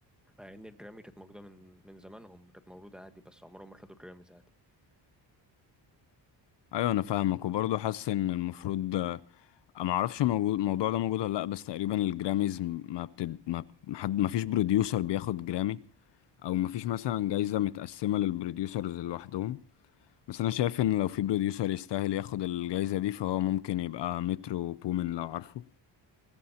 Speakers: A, in the centre; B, on the left.
A: مع ان الجرامي كانت موجوده من من زمانهم كانت موجوده عادي بس عمرهم ما خدوا جراميز عادي
B: ايوه انا فاهمك وبرضه حاسس ان المفروض ما اعرفش موجود الموضوع ده موجود ولا لا بس تقريبا الجراميز ما بتد ما ما حد ما فيش بروديوسر بياخد جرامي او ما فيش مثلا جايزة متقسمة للبروديوسرز لوحدهم بس انا شايف ان لو في بروديوسر يستاهل ياخد الجايزة دي فهو ممكن يبقى مترو بومن لو عارفه